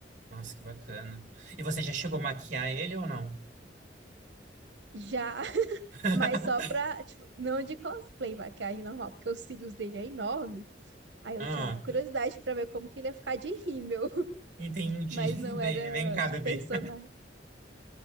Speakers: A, on the right; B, on the right.
A: Nossa, que bacana. E você já chegou a maquiar ele ou não?
B: Já, <laughs>
A: <laughs>
B: mas só pra, tipo, não de cosplay, maquiagem normal, porque os cílios dele é enorme. Aí eu
A: Ah,
B: tinha muita curiosidade pra ver como que ele ia ficar de rímel.
A: entendi.
B: mas não
A: <laughs> Daí,
B: era
A: Vem cá,
B: de
A: bebê.
B: personagem.